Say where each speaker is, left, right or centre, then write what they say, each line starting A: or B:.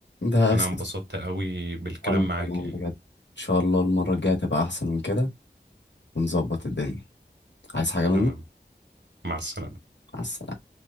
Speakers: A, on the left; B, on the right.
A: ده
B: انا
A: اساسي
B: انبسطت قوي بالكلام
A: وانا
B: معاك
A: كمان
B: يعني
A: بجد ان شاء الله المره الجايه تبقى احسن من كده ونظبط الدنيا عايز حاجه مني
B: تمام مع السلامة
A: مع السلامة.